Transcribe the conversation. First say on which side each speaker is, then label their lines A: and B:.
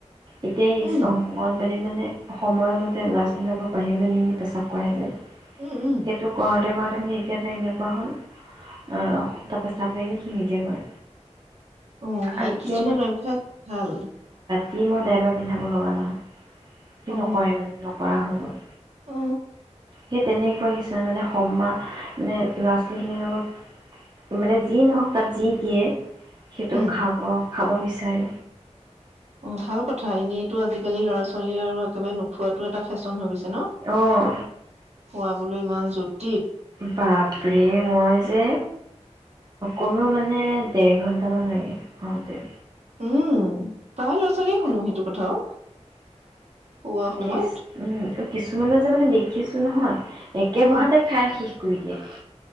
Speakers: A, on the right; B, on the right.
A: এতিয়
B: উম
A: চ অংগনবাডী ব, মানে সময়ৰমতে ল'ৰা ছোৱালী বিলাকক বাহিৰলৈ নি নি পেচাৱ কৰায় যে
B: উম উম
A: সেইটো কৰ <unintelligible> একে এটা এনেকুৱা হ'ল তৰ, পেচাব লাগিলে সি নিজে কৰে
B: অ, সেই
A: আনকি
B: কিছুমান অভ্যাস ভাল।
A: যি মই ড্ৰাইপাৰ পিন্ধাব লগা নহয়। সি
B: অ
A: নকৰে, মানে নকৰা হৈ গ'ল।
B: অ
A: সেই তেনেকুৱা কিছ মানে সমা, মানে ল'ৰা ছোৱালীখিনিৰ লগত মানে যি নহওক, তাত যি দিয়ে সেইটো
B: উম
A: খাব। খাব বিচাৰে
B: অ, ভাল কথা এনেইটো আজিকালি ল'ৰা ছোৱালী আৰু একেবাৰে ন খোৱাতো এটা ফেশ্বন হৈ গৈছে ন,
A: অঁ
B: খোৱা বুলু, ইমান য'ত।
A: বাপৰে, মই যে কমেও মানে দেৰ ঘন্টামান লাগে ঘতে।
B: উম, প্ৰায় ল'ৰা ছোৱালীয়ে শুনো সেইটো কথাও খোৱা সময়ত
A: কিছ উম কিছুমান যে মানে দেখিছো নহয়। একে
B: উম
A: বহাতে খাই সি গতিকে <unintelligible>